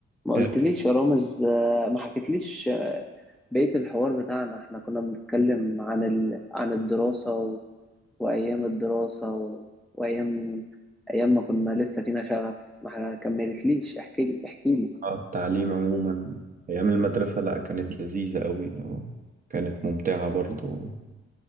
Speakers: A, in the centre; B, on the right (about 30°).
A: ما قلتليش
B: آه،
A: يا رامز آه، ما حكيتليش آه، بقية الحوار بتاعنا احنا كنا بنتكلم عن ال... عن الدراسة و... وأيام الدراسة و... وأيام أيام ما كنا لسه فينا شغف ما كملتليش احكيلي احكيلي
B: آه، التعليم عموما أيام المدرسة لأ كانت لذيذة أوي وكانت ممتعة برضو